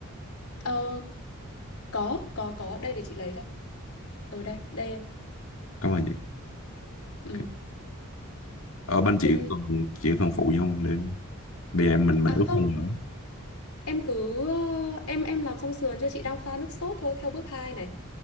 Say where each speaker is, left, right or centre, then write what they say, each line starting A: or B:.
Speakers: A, on the left; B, on the left.
A: Ờ, Có, có, có. Đây để chị lấy cho. Ở đây, đây em.
B: cảm ơn chị
A: Ừ,
B: Ok. ở bên chị
A: ok.
B: cần chị cần phụ vô để bây giờ em mình mình
A: À
B: ướp
A: không,
B: không nữa
A: em cứ... ờ, em em làm xong sườn cho Chị đang pha nước sốt thôi, theo bước 2 này.